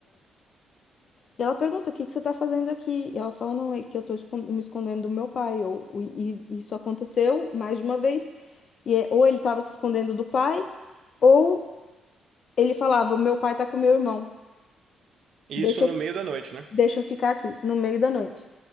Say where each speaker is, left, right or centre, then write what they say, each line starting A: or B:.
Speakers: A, on the left; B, on the right.
A: e ela pergunta: O que que você está fazendo aqui? E ela fala: Não, é que eu estou me escondendo do meu pai. Ou, e e isso aconteceu mais de uma vez. E é- ou ele estava se escondendo do pai. Ou Ele falava: Meu pai tá com meu irmão,
B: E
A: deixa
B: Isso no
A: eu,
B: meio da noite, né?
A: deixa eu ficar aqui, no meio da noite.